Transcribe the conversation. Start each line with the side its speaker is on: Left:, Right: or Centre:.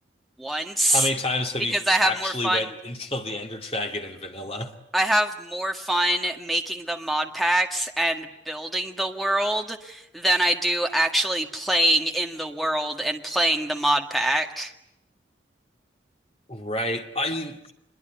Centre: Once.
Left: How many times have
Centre: Because
Left: you
Centre: I have
Left: actually
Centre: more fun.
Left: went and killed the Ender Dragon in vanilla?
Centre: I have more fun making the mod packs and building the world than I do actually playing in the world and playing the mod pack.
Left: Right. I mean,